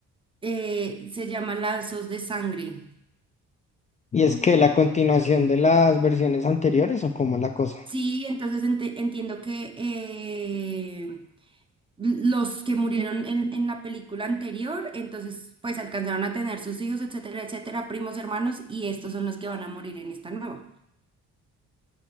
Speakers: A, on the right; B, on the left.
A: Eh, se llama Lazos de Sangre.
B: ¿Y es que la continuación de las versiones anteriores o cómo es la cosa?
A: Sí, entonces ente- entiendo que eh, los que murieron en, en la película anterior, entonces pues alcanzaron a tener sus hijos, etcétera, etcétera, primos, hermanos, y estos son los que van a morir en esta nueva.